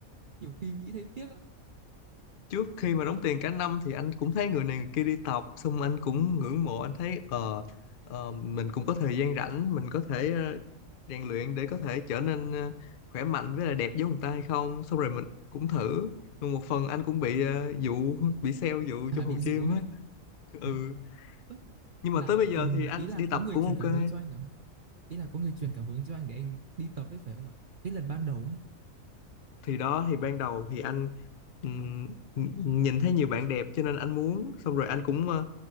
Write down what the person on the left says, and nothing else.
trước khi mà đóng tiền cả năm thì anh cũng thấy người này người kia đi tập xong anh cũng ngưỡng mộ anh thấy ờ ờ, mình cũng có thời gian rảnh mình có thể ờ, rèn luyện để có thể trở nên ờ, khỏe mạnh với lại đẹp giống người ta hay không xong rồi mình cũng thử nhưng một phần anh cũng bị ờ, dụ bị sale dụ
trong
phòng
gym
á ừ
nhưng
mà tới bây giờ
thì anh
đi
tập
cũng
ok
thì đó thì ban đầu thì anh ừm, n- nhìn thấy nhiều bạn đẹp cho nên anh muốn xong rồi anh cũng ờ,